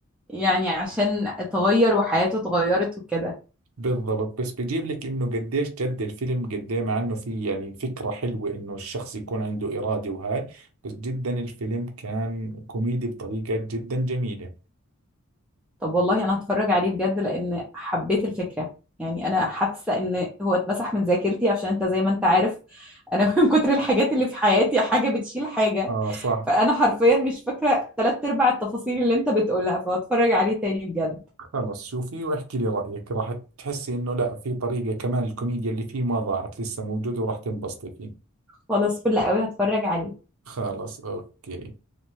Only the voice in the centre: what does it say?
يعني عشان اتغير وحياته اتغيرت وكده
طب والله انا هتفرج عليه بجد لان حبيت الفكرة يعني انا حاسه ان هو اتمسح من ذاكرتي عشان انت زي ما انت عارف انا <laughs> من كتر الحاجات اللي في حياتي حاجه بتشيل حاجه
فانا حرفيا مش فاكره تلات ارباع التفاصيل اللي انت بتقولها فهتفرج عليه تاني بجد
خلاص فل قوي هتفرج عليه